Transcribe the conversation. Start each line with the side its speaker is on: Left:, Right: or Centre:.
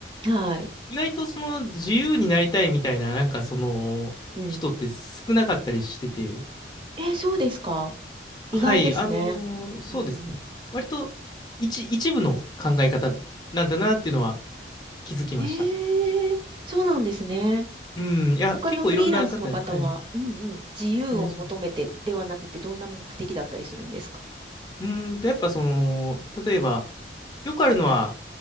Right: ん。はい。
Left: 意外とその自由になりたいみたいな、なんかその人って少なかったりしてて、
Right: うん。えーそうですか意外ですね。
Left: はい、あのーそうですね。
Right: うん。
Left: 割と一、一部の考え方なんだなっていうのは気づきました。
Right: えー、そうなんですね。
Left: うん、いや、
Right: 他のフリーランスの方は、
Left: 結構いろんな方、はい、
Right: うんうん、自由を求めてではなくて、
Left: いらっしゃる。
Right: どんな目的だったりするんですか
Left: うーんと、やっぱその、例えば、よくあるのは、